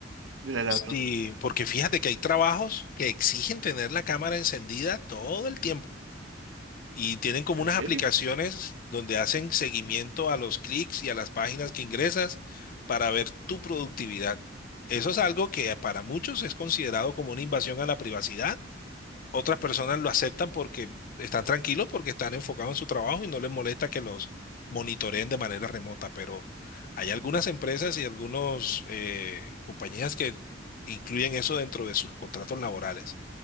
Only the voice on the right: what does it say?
de la laptop.
¿En
serio?